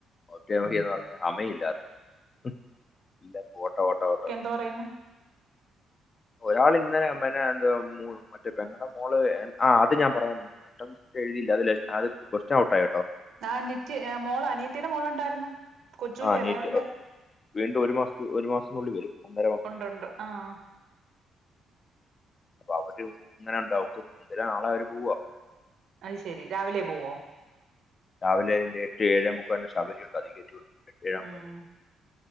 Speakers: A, on the left (about 35°); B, on the right (about 70°).
A: നോക്കിയാ മതീന്ന്
B: ഉം
A: പർഞ്ഞാ അമയില്ലാര്ന്നു. ഉം തെരക് ഓട്ടൊ ഓട്ടൊ ഓട്ടൊ
B: ന്താ പറയുന്നെ?
A: ഒരാൾ ഇന്നലെ പിന്നെ എന്തൊ മു മറ്റേ പെങ്ങടെ മോള് ആ അത് ഞാൻ പറയാൻ പോ ട്ടം എഴുതില്ലതില് ആദ്യം കൊറ്ച്ച് ഔട്ടായിട്ടോ.
B: ആ നിറ്റ് അ മോള് അനിയത്തീടെ മോള്ണ്ടായിര്ന്നു. കൊച്ചൂന്റെ
A: ആ
B: എളയവ്ൾടെ
A: നീറ്റ് വീണ്ടും ഒരു മാസത്ത് ഒരു മാസത്തിനുള്ളിൽ വരും ഒന്നര
B: ഉണ്ട് ഉണ്ട് ആഹ്
A: പ്പ അവര് ഇങ്ങനെണ്ടാക്കും. ഇൻ നാള അവര് പോവാ.
B: അയ് ശെരി രാവിലെ പോവോ?
A: രാവിലെ എട്ട് ഏഴേമുക്കാലിന് ശബരി ഉണ്ട് അധികേറ്റിവിടും എട്ടേ അമ്പത്.
B: ഉം